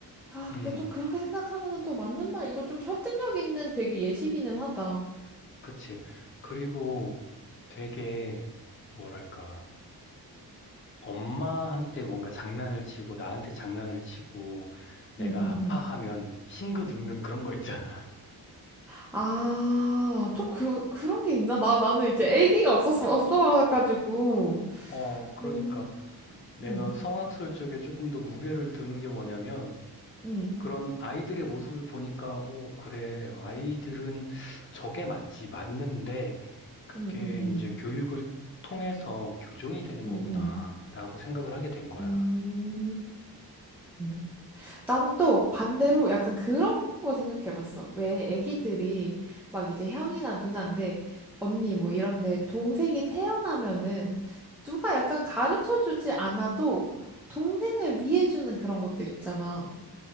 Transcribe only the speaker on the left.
음.
그치. 그리고 되게 뭐랄까? 엄마한테 뭔가 장난을 치고 나한테 장난을 치고 내가
아파하면
싱긋 웃는 그런 거 있잖아.
<laughs> 어, 그러니까
내가
성악술 쪽에 조금 더 무게를 두는 게 뭐냐면
그런 아이들의 모습을 보니까, 오, 그래. 아이들은 저게 맞지, 맞는데, 그게
이제 교육을 통해서 교정이 되는
거구나,
라고 생각을 하게 된 거야.